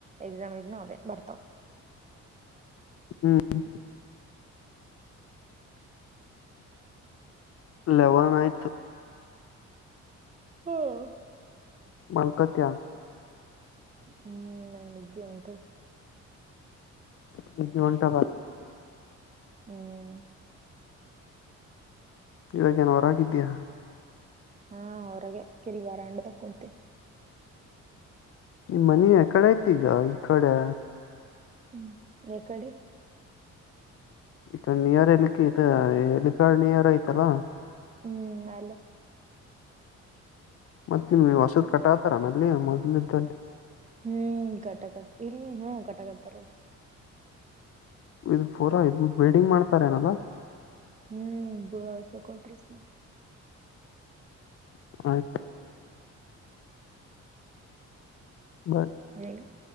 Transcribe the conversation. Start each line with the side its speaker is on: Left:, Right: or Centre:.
Right: ಎಕ್ಸಾಮ್ನೆಗು ಅವೇ ಬರ್ತಾವ.
Left: ಹ್ಮ್. ಲೆವನ್ ಆಯ್ತ್
Right: ಓ ಹ್ಮ್.
Left: ಮಲ್ಕೋಟೆ
Right: ಹ್ಮ್ ನಂಗ ನಿದ್ದೆ ಉಂಟು
Left: ನಿದ್ದೆ ಹೊಂಟ ಬ
Right: ಹ್ಮ್
Left: ಇವಾಗೇನೋ ಹೊರಾಗಿದೀಯಾ
Right: ಹಾ ಹೊರಾಗ ಕಿಡಿ ಬಾರ ಅಂಡದ ಕುಂತೀ
Left: ನಿಮ್ಮನಿ ಯಕಡೆ ಅಯ್ತಿಗ ಈಗ ಈ ಕಡೆ
Right: ಹ್ಮ್ ಯಾಕಡೆ
Left: ಈಕಡ ನಿಯರ್ ಇಲ್ಲಿಕಿದ ಹೇಲಿಪ್ಯಾಡ್ ನಿಯರ್ ಅಯ್ತಲ್ಲಾ
Right: ಹ್ಮ್ ಅಲ್ಲ
Left: ಮತ್ತೆ ಇಲ್ಲಿ ಹೊಸದ ಕಟಾತಾರನಲ್ಲಿ ಮೊದ್ಲಇದ್ದಲ್ಲಿ
Right: ಹ್ಮ್ ಕಟ್ಟಾಕತ ಇಲ್ಲಿ ಹಾ ಕಟ್ಟಾಕತಾರ
Left: ಇದು ಪೂರ ಇದನ್ನ ಬಿಲ್ಡಿಂಗ್ ಮಾಡ್ತಾರ ಏನಲ್ಲ
Right: ಹ್ಮ್ ಬುರಸ ಕೊಟ್ರಸ
Left: ಆಯ್ತ್ ಬಂತ
Right: ಹ್ಮ್ಮ್